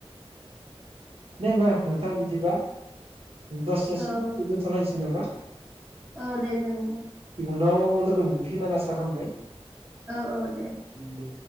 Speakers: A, on the right; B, on the right.
A: दे होनोमबा नोंथां बिदिबा दसे
B: औ
A: सम दोनथलायसै नामा
B: औ दे जागोन दे
A: उनाव लोगो मोनफैखिनानै आसा खालामबाय
B: औ औ दे।
A: दे